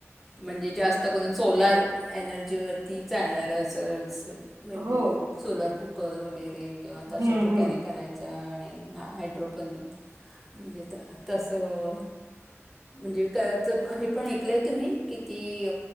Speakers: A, in the centre; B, on the right (about 75°).
A: म्हणजे जास्त करून सोलार एनर्जी वरती चालणार अस. म्हणजे
B: हो
A: सोलर कुकर वगैरे किंवा
B: हम्म
A: तर अशा प्रकारे
B: हम्म
A: करायचं आणि ह हायड्रोपनी म्हणजे त तसं म्हणजे काळ्याचं हे पण ऐकलंय तुम्ही किती